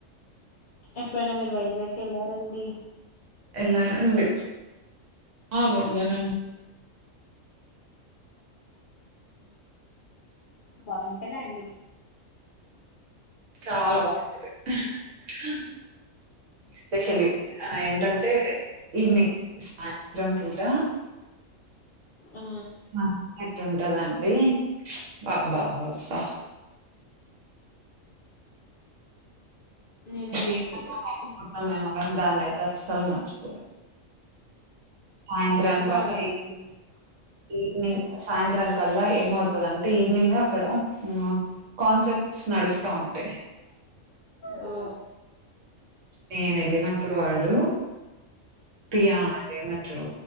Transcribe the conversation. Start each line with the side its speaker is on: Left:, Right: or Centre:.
Left: ఎప్పుడైనా మీరు వైజాగ్ వెళ్ళరా రండి
Right: ఎళ్ళానండి ఆ వెళ్ళానండి
Left: బాగున్ ఎదండి
Right: చాలా బావుంటది హా ఎస్పెషల్లీ ఆ ఏంటంటే ఈవినింగ్ సాయంత్రం పూట <inaudible>
Left: ఆ
Right: కదా అండి బా బా బా బ్బా
Left: నేను
Right: స్వీట్
Left: వెళ్ళలేదండి
Right: అన్న పాయసం అన్నా <unintelligible> అస్సలు నచ్చదు. సాయంత్రానికల్లా
Left: అంత బాగుంటదండి
Right: ఈవినింగ్ సాయంత్రానికి. మళ్ళా ఏమవుతుదంటే ఈవినింగ్ అక్కడ మ్ కాన్సెర్ప్స్ నడుస్ స్తా ఉంటాయి
Left: ఓ
Right: నేను వెళ్ళినప్పుడు వాడు. పియా అదేమంటారు